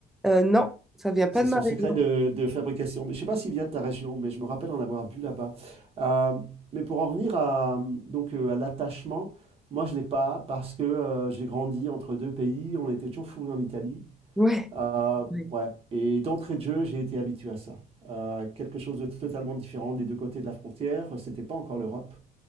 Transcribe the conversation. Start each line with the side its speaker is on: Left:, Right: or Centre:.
Centre: Euh, non, ça vient pas
Right: C'est
Centre: de
Right: son
Centre: ma
Right: secret
Centre: région.
Right: de, de fabrication. Mais je ne sais pas s'il vient de ta région, mais je me rappelle en avoir bu là-bas. Euh, mais pour en revenir à, donc, euh, à l'attachement, moi je ne l'ai pas parce que euh, j'ai grandi entre deux pays, on était toujours fourrés en Italie.
Centre: Ouais,
Right: Euh,
Centre: ouais,
Right: ouais. Et d'entrée de jeu, j'ai été habitué à ça. Euh, quelque chose de totalement différent des deux côtés de la frontière, c'était pas encore l'Europe.